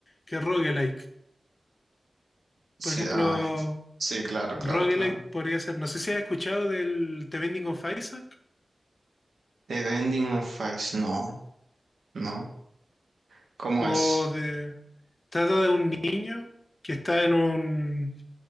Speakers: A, on the left; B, on the right.
A: que roguelike.
B: Sí,
A: Por ejemplo,
B: ah, sí, claro,
A: roguelike
B: claro, claro.
A: podría ser... No sé si has escuchado del The Binding of Isaac.
B: The Bending of Ice, no, no. ¿Cómo
A: o
B: es?
A: de trata de un niño que está en un,